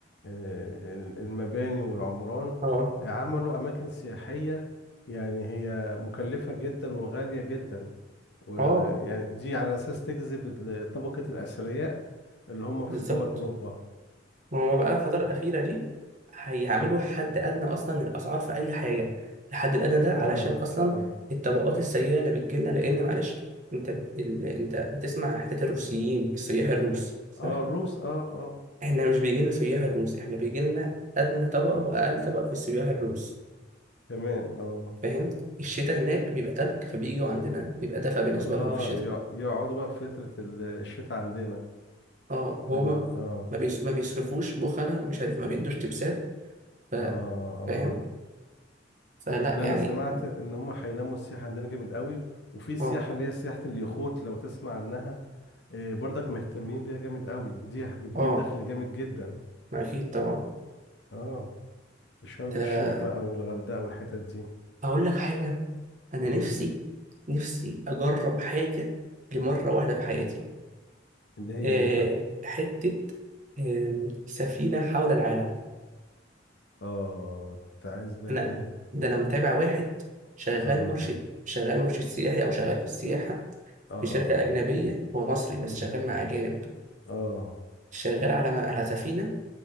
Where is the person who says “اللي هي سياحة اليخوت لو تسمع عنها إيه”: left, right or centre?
Left